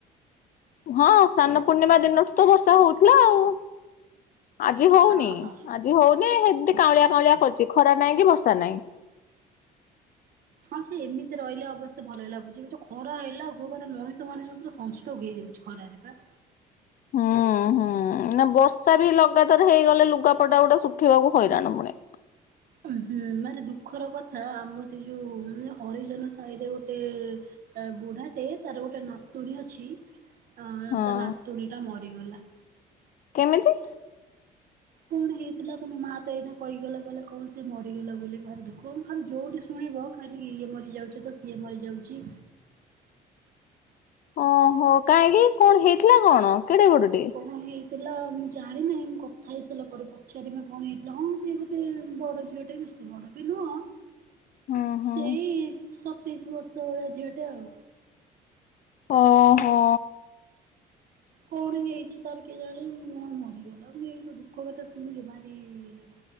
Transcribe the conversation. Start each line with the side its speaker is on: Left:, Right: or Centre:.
Left: ହଁ ସ୍ନାନ ପୂର୍ଣ୍ଣିମା ଦିନଠୁ ତ ବର୍ଷା ହଉଥିଲା ଆଉ। ଆଜି ହଉନି।
Right: ଅହୋ।
Left: ଆଜି ହଉନି ସେମିତି କାଉଁଳିଆ କାଉଁଳିଆ କରିଛି। ଖରା ନାହିଁ କି ବର୍ଷା ନାହିଁ।
Right: ହଁ ସିଏ ଏମିତି ରହିଲେ ଅବଶ୍ୟ ଭଲ ଲାଗୁଛି। ଏଇ ଯୋଉ ଖରା ହେଲା ଭଗବାନେ ମଣିଷ ମାନେ ଯୋଉ ପୁରା ସନଷ୍ଟ୍ରୋକ୍ ହେଇଯାଉଛି। ଖରାରେ ପା।
Left: ହୁଁ ହୁଁ ନା ବର୍ଷା ବି ଲଗାତାର ହେଇଗଲେ ଲୁଗାପଟା ଗୋଡା ଶୁଖେଇବାକୁ ହଇରାଣ ପୁଣି।
Right: ଉଁ ହୁଁ ଭାରି ଦୁଃଖର କଥା ଆମ ସେ ଯୋଉ ମାନେ ହରିଜନ ସାହିରେ ଗୋଟେ ଏଁ ବୁଢାଟେ ତାର ଗୋଟେ ନାତୁଣୀ ଅଛି। ଆଁ
Left: ହଁ
Right: ତା ନାତୁଣୀ ଟା ମରିଗଲା।
Left: କେମିତି?
Right: କଣ ହେଇଥିଲା ତମେ ମା ତ ଏଇନା କହିଗଲା କହିଲଲେ କଣ ସେ ମରିଗଲା ବୋଲି ଭାରିଲୁ କଣ ଖାଲି ଯୋଉଠି ଶୁଣିବ ଖାଲି ଇଏ ମରିଯାଉଛି ତ ସିଏ ମରିଯାଉଛି
Left: ଓହୋ କାହିଁକି କଣ ହେଇଥିଲା କଣ କେଡେ ବଡଟେ?
Right: କଣ ହେଇ ଥିଲା ମୁଁ ଜାଣିନାହିଁ ମୁ କଥା ହେଇସାରିଲା ପରେ ପଚାରିମି କଣ ହେଇଥିଲା ହଁ ସେ ବଧେ ବଡ଼ ଝିଅ ଟେ ବେଶି ବଡ଼ ବି ନୁହଁ
Left: ହଁ ହଁ
Right: ସେଇ ସତେଇଶ ବର୍ଷ ଭଳିଆ ଝିଅ ଟେ ଆଉ
Left: ଓହୋ।
Right: କଣ ହେଇଛି ତାର କେଜାଣି ମା ମରିଗଲା ମୁଁ ଏଇ ସବୁ ଦୁଃଖ କଥା ଶୁଣିଲେ ଭାରି ଇଏ ଲାଗେ।